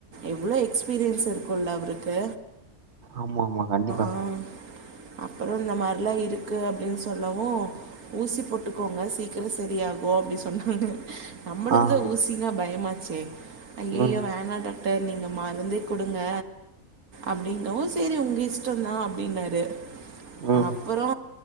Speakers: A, on the right; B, on the right.
A: எவ்ளோ எக்ஸ்பீரியன்ஸ் இருக்கும்ல அவருக்கு
B: ஆமாமா கண்டிப்பா
A: ஆ அப்பறோ இந்த மாரிலா இருக்கு அப்டின்னு சொல்லவு ஊசி போட்டுக்கோங்க சீக் க்கிர செரியாகோ அப்டி சொன்னாங்க நம்மளுக்கு
B: ஆ
A: தா ஊசினா பய மாச்சே ஐயையோ
B: ம்
A: வேனாடாக் டர் நீங்க மருந்தே கொடுங்க அப்டின்னவு செரி உங்க இஷ்டந்தா அப்டின்னாரு
B: ம்
A: அப்பறோ